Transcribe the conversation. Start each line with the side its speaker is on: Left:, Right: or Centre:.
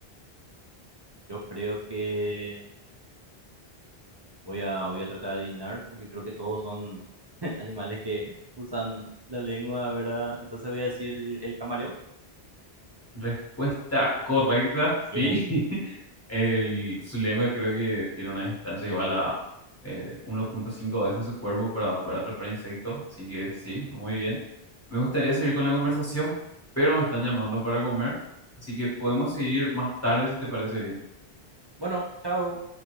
Right: Yo creo que Voy a, voy a tratar de adivinar porque creo que todos son <laughs> animales que usan la lengua, ¿verdad? Entonces voy a decir el, el camaleón.
Left: Respuesta correcta,
Right: Bien.
Left: sí. <laughs> El, su lengua creo que tiene una distancia igual a eh, 1.5 veces su cuerpo para poder atrapar insectos, así que sí, muy bien. Me gustaría seguir con la conversación, pero me están llamando para comer, así que podemos seguir más tarde si te parece bien.
Right: Bueno, chao.